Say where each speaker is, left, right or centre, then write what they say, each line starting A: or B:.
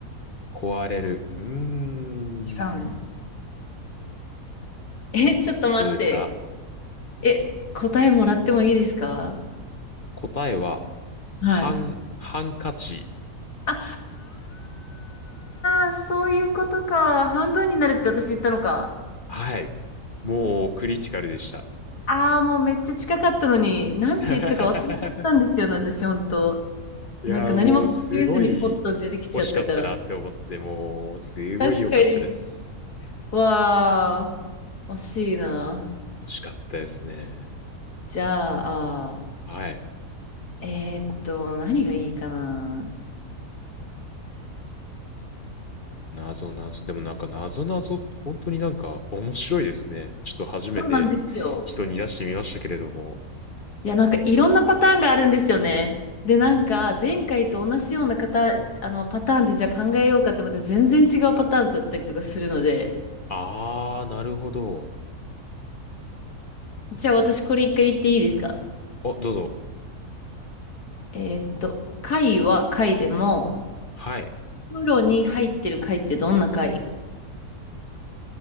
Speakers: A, on the left; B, on the left.
A: 壊れる。うーん。
B: 違うね。え、ちょっと待って。
A: どうですか
B: え、答えもらってもいいですか
A: 答えは、
B: はい。
A: 半、ハンカチ。
B: あ、あー、そういうことか。半分になるって私言ったのか。
A: はい。もうクリティカルでした。
B: ああもうめっちゃ近かったのに、なんて言ったか忘れちゃったんですよね、
A: <laughs>
B: 私、本当。
A: いやー、
B: なんか何も考えずにポッと出てきちゃったから。
A: もうすごい惜しかったなって思って、もうすごい良かったです。
B: 確かに。わー、惜しいな。
A: 惜しかったですね。
B: じゃあ、
A: はい。
B: えーっと、何がいいかな。
A: 謎謎。でもなんか謎謎、本当になんか面白いですね。ちょっと初めて人に出してみましたけれども。
B: そうなんですよ。いや、なんかいろんなパターンがあるんですよね。で、なんか前回と同じような方、
A: うん。
B: あのパターンでじゃあ考えようかってまた全然違うパターンだったりとかするので、
A: あー、なるほど。
B: じゃあ私これ一回言っていいですか
A: あ、どうぞ。
B: えーっと、貝は貝でも、
A: はい。
B: プロに入ってる貝ってどんな貝